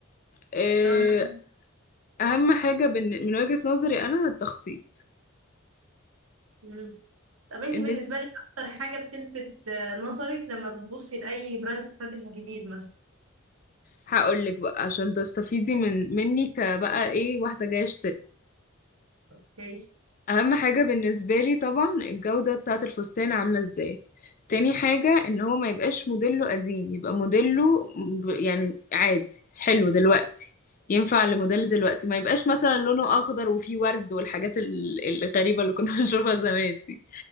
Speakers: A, on the left; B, on the right.
A: إيه
B: لو أنا <laughs>
A: اهم حاجة بن- من وجهة نظري انا التخطيط
B: مم. طب أنت
A: ان
B: بالنسبة لك أكتر حاجة بتلفت آه، نظرك لما بتبصي لأي براند فاتح جديد مثلا؟
A: هقول لك بقى عشان تستفيدي من مني كبقى ايه واحدة جاية اشتري
B: أوكي.
A: اهم حاجة بالنسبة لي طبعا الجودة بتاعة الفستان عاملة ازاي تاني حاجة ان هو ما يبقاش موديله قديم يبقى موديله ب- يعني عادي حلو دلوقتي ينفع لموديل دلوقتي ما يبقاش مثلا لونه اخضر وفيه ورد والحاجات ال- الغريبة اللي كنا <laughs> بنشوفها زمان دي